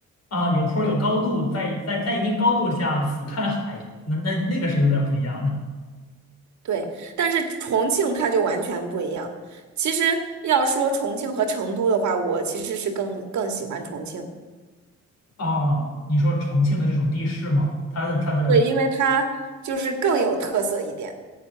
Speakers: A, on the left (about 55°); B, on the right (about 70°).
A: 啊，有坡儿有高度，在在在一定高度下俯瞰海，那那那个是有点不一样的。
B: 对，但是重庆它就完全不一样。其实要说重庆和成都的话，我其实是更更喜欢重庆，
A: 啊。你说重庆的这种地势吗？它的它的
B: 对，因为它就是更有特色一点。